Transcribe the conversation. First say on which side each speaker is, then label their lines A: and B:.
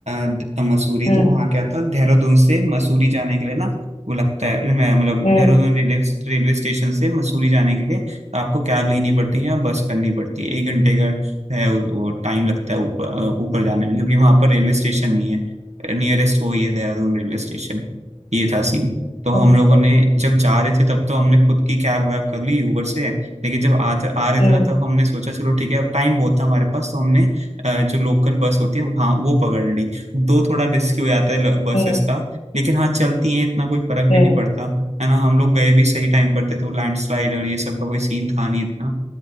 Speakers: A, on the right; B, on the left.
A: द- मसूरी
B: हम्म
A: तो वहाँ क्या था देहरादून से मसूरी जाने के लिए ना वो लगता है मैं- मतलब
B: हम्म
A: देहरादून रेलवे रेलवे स्टेशन से मसूरी जाने के लिए आपको कैब लेनी पड़ती है या बस करनी पड़ती है एक घंटे का है वो, वो टाइम लगता है ऊपर अ, ऊपर जाने में क्योंकि वहाँ पर रेलवे स्टेशन नहीं है नियरेस्ट वो ही है देहरादून रेलवे स्टेशन ये था सीन तो
B: अच्छा
A: हम लोगों ने जब जा रहे थे तब तो हमने खुद की कैब वैब कर ली ऊबर से लेकिन जब आ, आ रहे
B: हम्म
A: थे ना तब हमने सोचा चलो ठीक है अब टाइम बहुत था हमारे पास तो हमने अ, जो लोकल बस होती है हाँ वो पकड़ ली दो थोड़ा रिस्की हो जाता है बसेस
B: हम्म
A: का लेकिन हाँ चलती हैं इतना कोई फर्क
B: हम्म
A: भी नहीं पड़ता है ना हम लोग गए भी सही टाइम पर थे तो लैंडस्लाइड और ये सब का कोई सीन था नहीं इतना